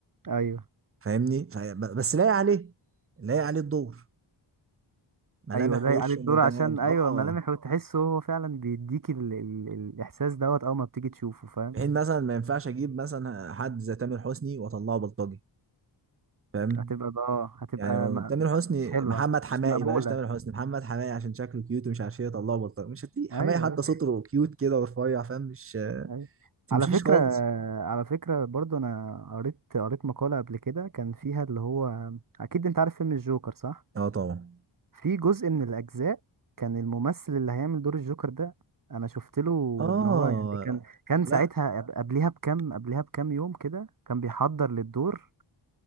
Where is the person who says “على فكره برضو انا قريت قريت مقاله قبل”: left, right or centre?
Right